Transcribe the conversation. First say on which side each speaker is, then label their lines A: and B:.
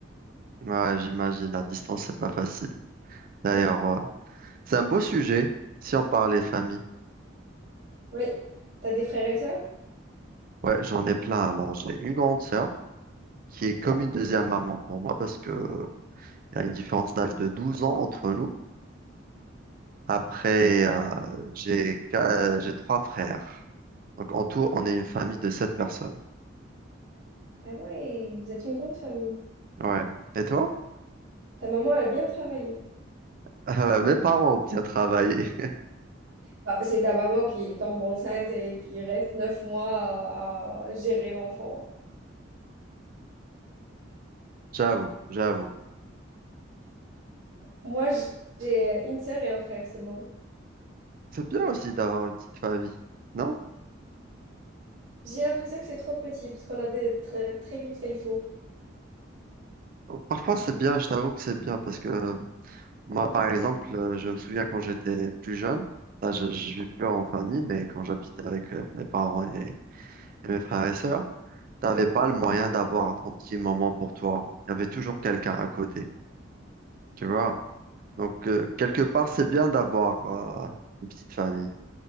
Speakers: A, on the right; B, on the right.
A: Ouais, j'imagine, la distance, c'est pas facile. D'ailleurs,
B: Ouais,
A: euh, c'est un beau sujet si on parlait famille.
B: oui. T'as des frères et sœurs?
A: Ouais, j'en ai plein. Alors, j'ai une grande sœur qui est comme une deuxième maman pour moi parce que il y a une différence d'âge de 12 ans entre nous. Après, euh, j'ai, qua- j'ai trois frères. Donc, en tout, on est une famille de sept personnes.
B: Ah ouais, vous êtes une grande famille.
A: Ouais. Et toi?
B: Ta maman, elle a bien travaillé.
A: <laughs> Euh, mes parents ont bien travaillé.
B: Bah, c'est ta maman qui tombe enceinte et qui reste neuf mois à, à gérer l'enfant.
A: J'avoue, j'avoue.
B: Moi, j'ai une sœur et un frère seulement.
A: C'est bien aussi d'avoir une petite famille, non?
B: J'ai l'impression que c'est trop petit parce qu'on a des- très, très vite fait le tour.
A: Parfois c'est bien, je t'avoue que c'est bien parce que euh, moi par exemple, euh, je me souviens quand j'étais plus jeune, là je, je vis plus en famille, mais quand j'habitais avec euh, mes parents et, et mes frères et sœurs, t'avais pas le moyen d'avoir ton petit moment pour toi. Il y avait toujours quelqu'un à côté, tu vois? Donc euh, quelque part c'est bien d'avoir euh, une petite famille.